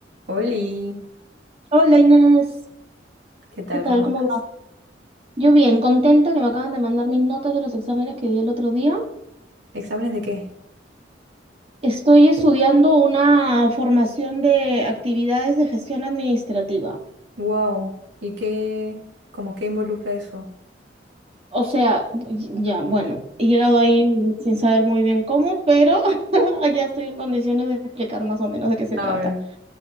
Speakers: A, on the right; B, on the right.
A: Oli,
B: Hola Inés,
A: ¿qué tal?
B: ¿qué tal?
A: ¿Cómo estás?
B: ¿Cómo va? Yo bien, contenta que me acaban de mandar mis notas de los exámenes que di el otro día.
A: ¿Exámenes de qué?
B: Estoy estudiando una formación de actividades de gestión administrativa.
A: Wow. ¿Y qué, como qué involucra eso?
B: O sea, ya, bueno, he llegado ahí sin saber muy bien cómo, pero <laughs> ya estoy en condiciones de explicar más o menos de qué se
A: A
B: trata.
A: ver.